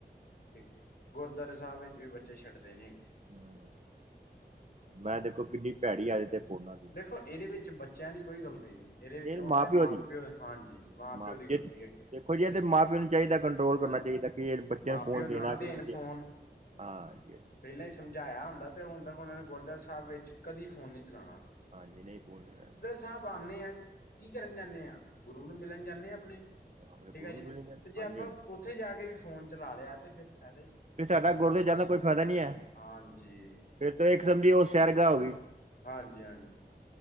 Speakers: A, on the left (about 65°); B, on the right (about 40°).
A: ਠੀਕ, ਗੁਰਦੁਆਰੇ ਸਾਹਿਬ ਵਿੱਚ ਵੀ ਬੱਚੇ ਛੱਡਦੇ ਨੇ ਹੈਗੇ।
B: ਹੂੰ ਮੈਂ ਦੇਖੋ ਕਿੰਨੀ ਭੈੜੀ ਆਦਤ ਹੈ। ਫੋਨਾਂ ਦੀ
A: ਦੇਖੋ ਇਹਦੇ ਵਿੱਚ ਬੱਚਿਆਂ ਦੀ ਕੋਈ ਗਲਤੀ ਨਹੀਂ। ਇਹਦੇ ਵਿੱਚ
B: ਇਹ
A: ਉਹਨਾਂ
B: ਮਾਂ
A: ਦੇ
B: ਪਿਓ
A: ਮਾਂ-ਪਿਓ
B: ਦੀ ਹੈ
A: ਹਾਂਜੀ, ਮਾਂ-ਪਿਓ
B: ਮਾਂ
A: ਦੀ ਗਲਤੀ ਹੈਗੀ।
B: ਦੇਖੋ ਜੀ, ਇਹ ਤਾਂ ਮਾਂ-ਪਿਓ ਨੂੰ ਚਾਹੀਦਾ ਕੰਟਰੋਲ
A: ਹਾਂਜੀ
B: ਕਰਨਾ ਚਾਹੀਦਾ ਕਿ ਬੱਚਿਆਂ
A: ਮਾਂ
B: ਨੂੰ ਫੋਨ
A: ਪਿਓ ਨਾ
B: ਦੇਣਾ ਕਿ,
A: ਦੇਣ
B: ਨਹੀਂ
A: ਫੋਨ
B: ਦੇਣਾ। ਹਾ ਇਹੀ
A: ਪਹਿਲਾਂ ਹੀ ਸਮਝਾਇਆ ਹੁੰਦਾ ਤੇ ਹੁਣ ਤੱਕ ਉਹਨਾਂ ਨੇ ਗੁਰਦੁਆ ਸਾਹਿਬ ਵਿੱਚ ਕਦੇ ਫੋਨ ਨੀ ਚਲਾਉਣਾ।
B: ਹਾਂਜੀ, ਨਹੀਂ ਫੋਨ ਚਲਾਇਆ।
A: ਸਬ ਆਉਂਦੇ ਹਾਂ ਕੀ ਕਰਨ ਜਾਂਦੇ ਹਾਂ? ਗੁਰੂ ਨੂੰ ਮਿਲਣ ਜਾਂਦੇ ਹਾਂ ਆਪਣੇ।
B: ਆਪਣੇ
A: ਠੀਕ
B: ਗੁਰੂ
A: ਹੈ ਜੀ।
B: ਨੂੰ ਮਿਲਣ ਜਾਦੇ,
A: ਤੇ ਜੇ
B: ਹਾਂਜੀ-ਹਾਂਜੀ।
A: ਆਪਾਂ ਉੱਥੇ ਜਾ ਕੇ ਵੀ ਫੋਨ ਚਲਾ ਲਿਆ ਤੇ ਫੇਰ ਫਾਇਦਾ ਕੀ?
B: ਫਿਰ ਸਾਡਾ ਗੁਰਦੁਆਰੇ ਜਾਣ ਦਾ ਕੋਈ ਫਾਇਦਾ ਨਹੀਂ ਹੈ।
A: ਹਾਂਜੀ।
B: ਫੇਰ ਤੋਂ ਇੱਕ ਕਿਸਮ ਦੀ ਉਹ ਸਰਗਾ ਉਹ ਸੈਰਗਾ ਹੋ ਗਈ।
A: ਹਾਂਜੀ-ਹਾਂਜੀ।